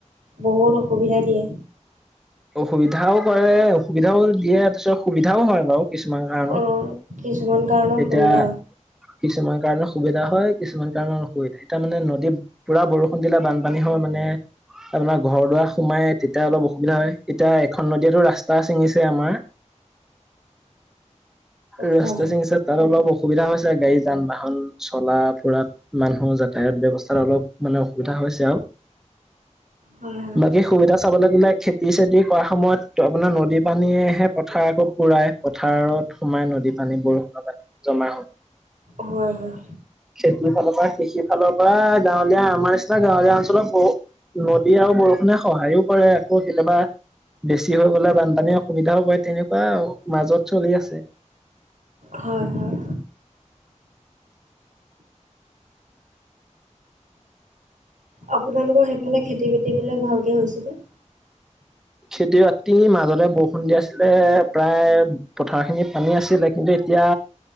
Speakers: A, on the right (about 85°); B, in the centre.
A: বহুত অসুবিধা দিয়ে।
B: অসুবিধাও কৰে অসুবিধাও দিয়ে তাৰপিছত সুবিধাও হয় বাৰু। কিছুমান কাৰণতহে,
A: অঁ কিছুমান কাৰণত
B: এতিয়া
A: সুবিধা
B: কিছুমান কাৰণে। সুবিধা হয়, কিছুমান কাৰণৰ অসুবিধা এতিয়া মানে নদীত পুৰা বৰষুণ দিলে বানপানী হয় মানে। আপোনাৰ ঘৰ দুৱাৰ সোমাই তেতিয়া অলপ অসুবিধা হয়। এতিয়া এখন নদীয়েতো ৰাস্তা ছিঙিছে আমাৰ। ৰাস্তা
A: হয়
B: চিঙিচে তাৰ অলপ। অসুবিধা হৈছে গাড়ী যান বাহন চলা ফুৰাত মানুহ যাতায়াত ব্যৱস্থাত অলপ মানে অসুবিধা। এটা হৈছে আৰু।
A: হয়। হয়
B: বাকী সুবিধা চাব লাগিলে খেতি চেতি কৰা সময়ত আপোনাৰ নদী পানীয়েহে পথাৰ আকৌ পুৰা। পথাৰত সোমাই নদী পানী বৰষুণৰ পানী জমা হয়।
A: হয় হয়।
B: খেতিৰ ফালৰ পৰা কৃষিৰ ফালৰ পৰা গাঁৱলীয়া আমাৰ নিচিনা গাঁৱলীয়া অঞ্চলত বহুত। নদী আৰু বৰষুণে সহায়ো কৰে আকৌ কেতিয়াবা। বেছি হৈ গলে বানপানী অসুবিধাও হয়, তেনেকুৱা মাজত চলি আছে।
A: হয় হয়। আপোনালোকৰ সেইফালে খেতি বাতি বিলাক ভালকে হৈছে নে?
B: খেতি বাতিৰ মাজতে বৰষুণ দি আছিলে প্ৰায় পথাৰ খিনি পানী আছিলে কিন্তু। এতিয়া